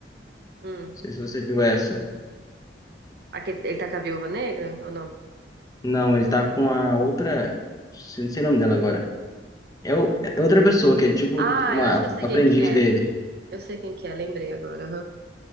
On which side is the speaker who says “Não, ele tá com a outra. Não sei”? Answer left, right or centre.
Left